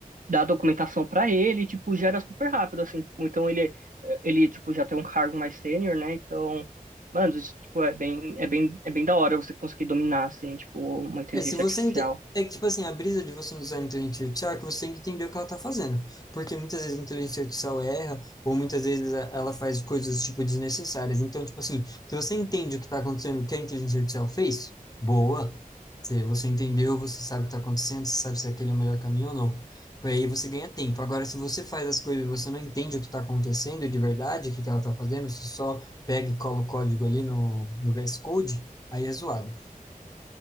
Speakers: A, on the right; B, on the left.
A: dá a documentação para ele, tipo, gera super rápido, assim, tipo, então ele, ele, tipo, já tem um cargo mais sênior, né, então, mano, isso, tipo, é bem, é bem, é bem da hora você conseguir dominar, assim, tipo, uma inteligência
B: É, se você
A: artificial.
B: ente- é que tipo assim, a brisa de você usar a inteligência artificial é que você tem que entender o que ela tá fazendo, porque muitas vezes a inteligência artificial erra ou muitas vezes a- ela faz coisas tipo desnecessárias. Então, tipo assim, se você entende o que tá acontecendo, o que a inteligência artificial fez, boa. Se você entendeu, você sabe o que tá acontecendo, você sabe se aquele é o melhor caminho ou não. Aí você ganha tempo. Agora, se você faz as coisas e você não entende o que está acontecendo de verdade, o que que ela está fazendo, você só pega e cola o código ali no, no VS Code, aí é zoado.